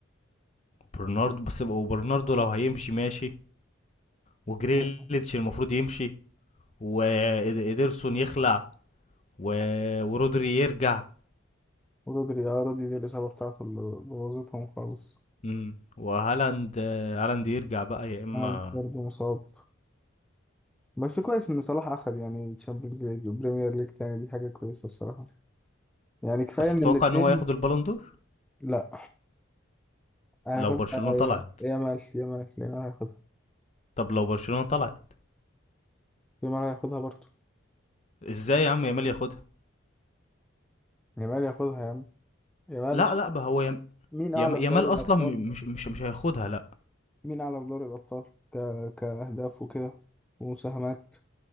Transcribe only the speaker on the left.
برناردو بس وبرناردو لو هيمشي ماشي وجريليتش
المفروض يمشي وإيدرسون يخلع و... ورودري يرجع
امم وهالاند هالاند يرجع بقى يا اما
بس
تتوقع
ان هو ياخد البالون دور
لو برشلونه طلعت
طب لو برشلونه طلعت
ازاي يا عم يامال ياخدها
لا
لا بقى هو يم...
يم...
يامال
اصلا
م- مش مش مش هياخدها لا